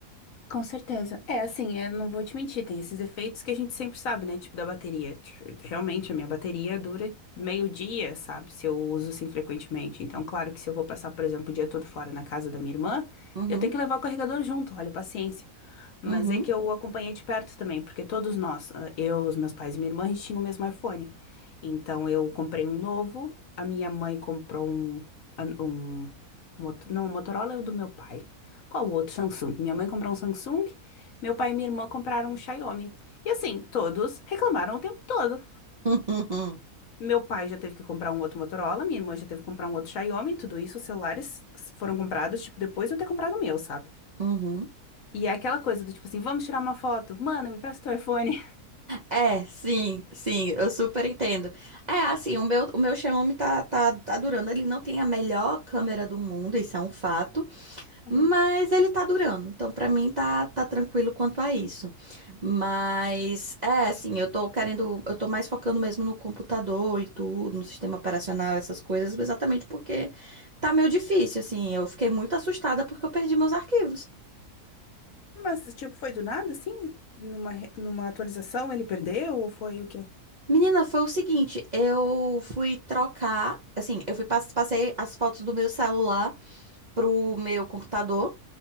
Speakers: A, on the left (about 65°); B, on the right (about 50°).
A: Com certeza. É, assim, eu não vou te mentir, tem esses efeitos que a gente sempre sabe, né? Tipo da bateria. Tipo, Realmente, a minha bateria dura meio dia, sabe? Se eu uso assim frequentemente. Então, claro que se eu vou passar, por exemplo, o dia todo fora na casa da minha irmã,
B: Uhum,
A: eu tenho que levar o carregador junto, olha, paciência. Mas
B: uhum,
A: é que eu acompanhei de perto também, porque todos nós, ah, eu, os meus pais e minha irmã, a gente tinha o mesmo iPhone. Então, eu comprei um novo, a minha mãe comprou um, um Mot- Não, o Motorola é o do meu pai. Qual o outro? Samsung. Minha mãe comprou um Samsung, meu pai e minha irmã compraram um Xiaomi. E assim, todos reclamaram o tempo todo.
B: <laughs> uhum,
A: Meu pai já teve que comprar um outro Motorola, minha irmã já teve que comprar um outro Xiaomi, tudo isso, os celulares foram comprados, tipo, depois de eu ter comprado o meu, sabe?
B: uhum.
A: E é aquela coisa do tipo assim, vamos tirar uma foto? Mano, me presta teu iPhone. <laughs>
B: É, sim, sim, eu super entendo. É, assim, o meu, o meu Xiaomi tá, tá, tá durando. Ele não tem a melhor câmera do mundo, isso é um fato.
A: Uhum.
B: Mas ele tá durando, então pra mim tá, tá tranquilo quanto a isso. Mas é assim, eu tô querendo, eu tô mais focando mesmo no computador e tudo, no sistema operacional, essas coisas, exatamente porque tá meio difícil, assim. Eu fiquei muito assustada porque eu perdi meus arquivos.
A: Mas, tipo, foi do nada, assim? Numa, re- numa atualização ele perdeu ou foi o quê?
B: Menina, foi o seguinte, eu fui trocar, assim, eu fui pass- passei as fotos do meu celular pro meu computador